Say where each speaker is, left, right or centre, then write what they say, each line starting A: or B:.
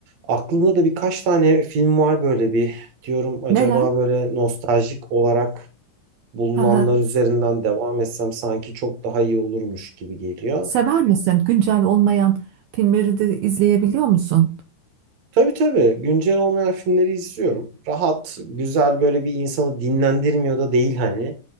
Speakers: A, on the right (about 60°); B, on the right (about 80°).
A: aklımda da birkaç tane film var böyle bir diyorum acaba
B: Neler?
A: böyle nostaljik olarak bulunanlar
B: Hı hı.
A: üzerinden devam etsem sanki çok daha iyi olurmuş gibi geliyor.
B: Sever misin? Güncel olmayan filmleri de izleyebiliyor musun?
A: Tabii tabii. Güncel olmayan filmleri izliyorum. Rahat, güzel böyle bir insanı dinlendirmiyor da değil hani.